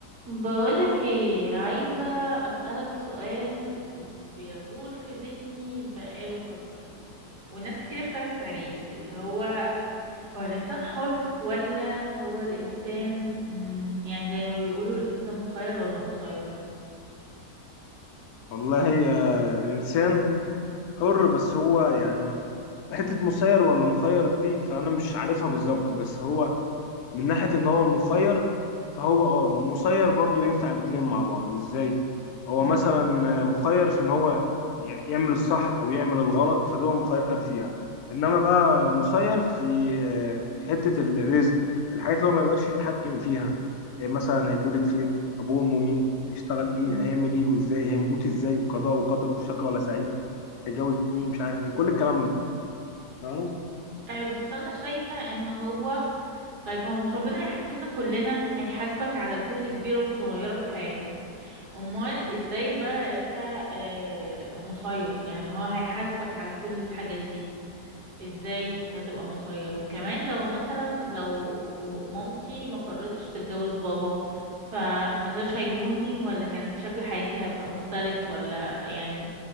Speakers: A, on the right; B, on the left.
A: بقولك ايه عايزة أسألك سؤال بيدور في ذهني بقاله فترة والناس كتير اختلفت عليه اللي هو هو الإنسان حر ولا هو الإنسان مم يعني زي ما بيقولوا الإنسان مخير ولا مسير
B: والله آه، الإنسان حر بس هو يعني حتة مسير ولا مخير دي فأنا مش عارفها بالظبط بس هو من ناحية ان هو مخير فهو اه ومسير برضو ينفع الاتنين مع بعض ازاي هو
A: مم
B: مثلا مخير في ان هو ي- يعمل الصح او يعمل الغلط فده هو مخير فيها انما بقى مسير في آه، في حتة الرزق الحاجات اللي هو ما يقدرش يتحكم فيها إيه مثلا هيتولد فين ابوه وامه مين هيشتغل ايه
A: مم.
B: هيعمل ايه وازاي هيموت ازاي قضاء وقدره شقي ولا سعيد هيتجوز مين مش عارف ايه كل الكلام ده فاهمه
A: أيوة بس أنا شايفة إن هو طيب هو مش ربنا هيحاسبنا كلنا هيحاسبك على كل كبيرة وصغيرة في حياتك أمال إزاي بقى أنت آه، مسير يعني ما هو هيحاسبك على كل الحاجات دي ازاي هتبقى مسير وكمان لو مثلا لو مامتي ما قررتش تتجوز بابا فما كانوش هيجيبوني ولا كان شكل حياتي هيبقى مختلف ولا يعني